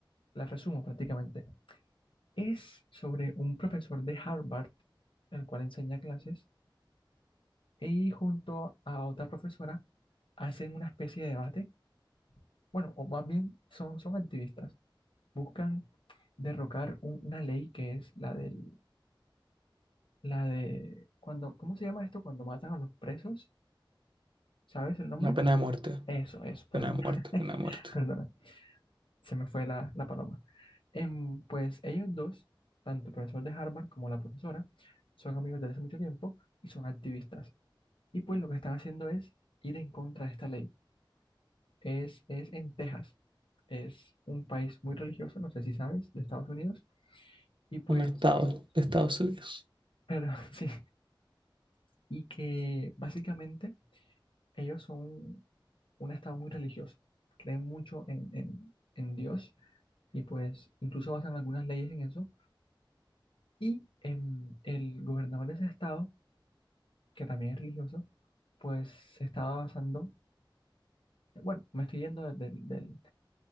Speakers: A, on the left (about 75°); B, on the right (about 70°).
A: la resumo prácticamente. Es sobre un profesor de Harvard, el cual enseña clases, y junto a otra profesora hacen una especie de debate. Bueno, o más bien son, son activistas. Buscan derrocar un- una ley que es la del, la de cuando, ¿cómo se llama esto? Cuando matan a los presos, ¿sabes el nombre?
B: una pena de muerte,
A: Eso, eso, perdón.
B: pena de muerte,
A: <laughs>
B: pena de muerte,
A: Perdona. se me fue la, la paloma. Em, pues ellos dos, tanto el profesor de Harvard como la profesora, son amigos desde hace mucho tiempo y son activistas. Y pues lo que están haciendo es ir en contra de esta ley. Es, es en Texas. Es un país muy religioso, no sé si sabes, de Estados Unidos. Y pues
B: un estado
A: ellos,
B: de Estados Unidos.
A: <laughs> perdón, sí, y que básicamente ellos son un estado muy religioso. Creen mucho en, en en Dios y pues incluso basan algunas leyes en eso Y em, el gobernador de ese estado, que también es religioso, pues se estaba basando, bueno, me estoy yendo del, del-